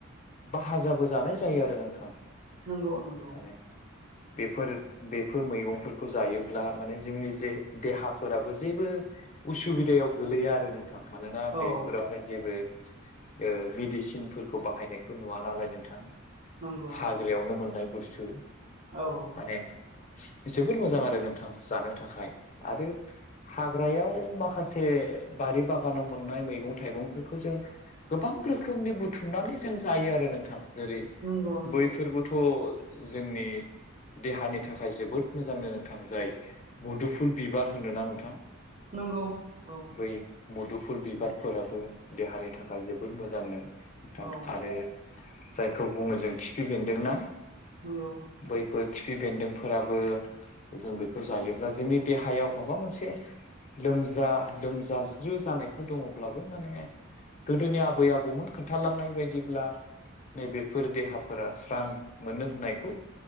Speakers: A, on the left; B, on the right.
A: भाहाजाबो जानाय जायो आरो नोंथां
B: नंगौ नंगौ
A: माने बेफोर बेफोर मैगंफोरखौ जायोब्ला माने जोंनि जे देहाफोराबो जेबो उसुबिदायाव गोलैया आरो नोंथां मानोना
B: औ
A: बेफोरावहाय जेबो ओ मेडिसिन फोरखौ बाहायनायखौ नुवा नालाय नोंथां
B: नंगौ
A: हाग्रायावनो मोननाय बुस्थु
B: औ
A: माने जोबोर मोजां आरो नोंथां जानो थाखाय आरो हाग्रायाव माखासे बारि बागानाव मोननाय मैगं थाइगंफोरखौ जों गोबां रोखोमनि बुथुमनानै जों जायो आरो नोंथां जेरै
B: नंगौ नंगौ
A: बैफोरबो थ' जोंनि देहानि थाखाय जोबोद मोजांनो नोंथां जाय मुदुफुल बिबार होनोना नोंथां
B: नंगौ औ
A: बै मुदुफुल बिबारफोराबो देहानि थाखाय जोबोद मोजांनो नोंथां
B: औ
A: आरो जायखौ बुङो जों खिफि बेन्दोंना बै
B: नंगौ
A: बेफोर खिफि बेन्दोंफोराबो जों बेखौ जायोब्ला जोंनि देहायाव माबा मोनसे लोमजा लोमजाज्रो जानायफोर दङब्लाबो माने गोदोनि आबै आबौमोन खोनथालांनाय बायदिब्ला नैबेफोर देहाफोरा स्रां मोनो होननायखौ